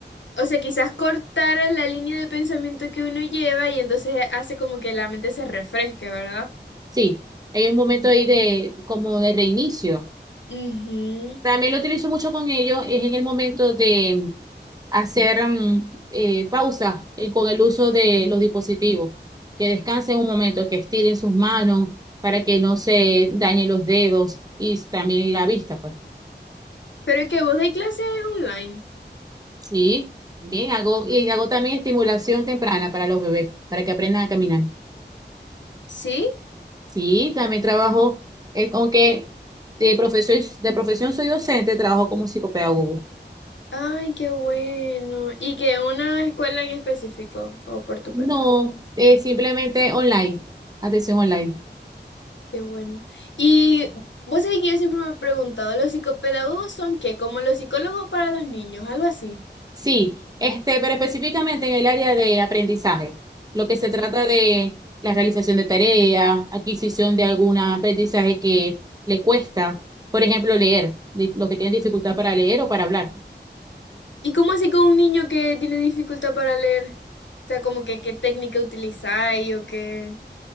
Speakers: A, on the left; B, on the right.
A: O sea, quizás cortar la línea de pensamiento que uno lleva y entonces hace como que la mente se refresque, ¿verdad?
B: sí, hay un momento ahí de como de reinicio.
A: Ujú.
B: También lo utilizo mucho con ellos, es en el momento de hacer mm, eh, pausa eh, con el uso de los dispositivos, que descansen un momento, que estiren sus manos para que no se dañen los dedos y también la vista, pues.
A: Pero que vos dais clases online.
B: Sí, bien, hago, y hago también estimulación temprana para los bebés, para que aprendan a caminar.
A: ¿Sí?
B: Sí, también trabajo, eh, aunque de profesión, de profesión soy docente, trabajo como psicopedagogo.
A: Ay, qué bueno. Y que una escuela en específico, o por tu
B: No,
A: cuenta.
B: eh, simplemente online, atención online.
A: Qué bueno. Y vos sabés que yo siempre me he preguntado, ¿los psicopedagogos son qué? ¿Como los psicólogos para los niños? Algo así.
B: Sí, este, pero específicamente en el área de aprendizaje, lo que se
A: Ah.
B: trata de la realización de tareas, adquisición de algún aprendizaje que le cuesta, por ejemplo, leer, de- los que tienen dificultad para leer o para hablar.
A: ¿Y cómo así con un niño que tiene dificultad para leer? O sea, como que qué técnica utilizáis o qué.